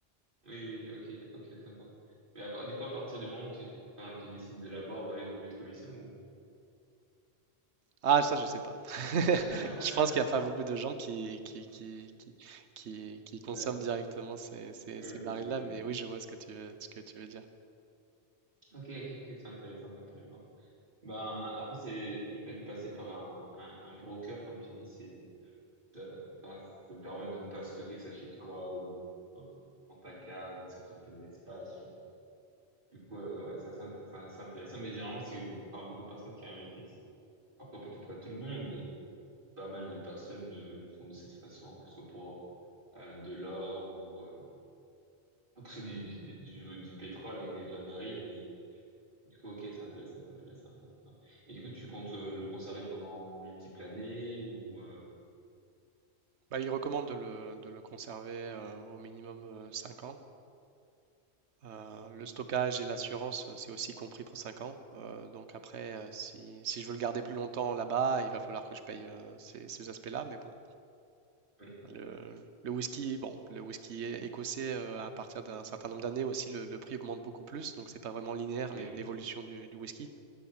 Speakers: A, on the right; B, on the right.
A: Oui, oui, oui. ok, ok, sympa. Mais à part, du coup, à partir du moment où tu, enfin, tu décides de la barre, bah, ils ont plus de commission ou?
B: Ah, ça, je sais pas. <laughs>
A: <laughs>
B: Je pense qu'il n'y a pas beaucoup de gens qui, qui, qui, qui, qui- qui consomment
A: Ouais,
B: directement ces, ces-
A: ouais,
B: ces barils-là,
A: j'imagine.
B: mais oui, je vois ce que tu veux, ce que tu veux dire.
A: Ok, ok, ok, c'est intéressant, c'est intéressant. Ben, après, c'est le fait de passer par un, un, un broker, comme tu dis, c'est, ça, enfin, ça te permet de ne pas stocker ça chez toi ou dans, dans, dans ta cave ou que ça prenne pas de l'espace. Du coup, euh, ouais, ça, c'est int- ça, c'est intéressant. Mais généralement, c'est par beaucoup de personnes qui investissent. Encore peut-être pas tout le monde, mais pas mal de personnes le, le font de cette façon, que ce soit pour euh, de l'or ou euh, que ce soit du, du, du, du du pétrole avec des vrais barils, mais Du coup, ok, c'est intéressant, c'est intéressant, c'est intéressant. Et du coup, tu comptes euh, le conserver pendant multiples années ou euh,
B: Bah, il recommande de le, de le conserver euh, au minimum euh, 5 ans. Euh, le stockage et l'assurance, euh, c'est aussi compris pour 5 ans. Euh, donc après, euh, si, si je veux le garder plus longtemps là-bas, il va falloir que je paye euh, ces, ces aspects-là, mais bon,
A: Oui,
B: Le, le whisky, bon, le whisky é- écossais, euh, à partir d'un certain nombre d'années aussi, le, le prix augmente beaucoup plus, donc c'est pas vraiment linéaire
A: oui,
B: l'é- l'évolution du, du whisky.